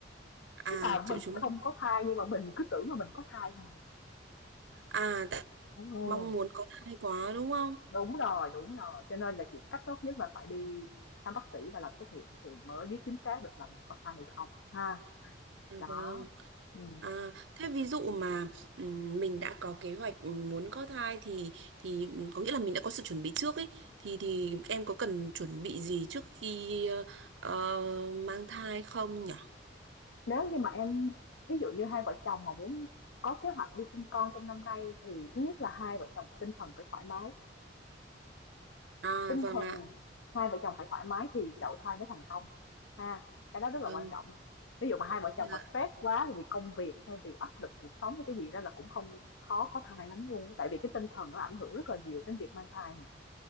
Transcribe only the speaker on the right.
À
triệu
chứng
à tại
mong muốn có thai quá đúng không?
À,
vâng.
À thế ví dụ mà ừm, mình đã có kế hoạch muốn có thai thì thì có nghĩa là mình đã có sự chuẩn bị trước ấy thì thì em có cần chuẩn bị gì trước khi ờ, ờ, mang thai không nhỉ?
À
vâng
ạ.
Vâng.
Dạ.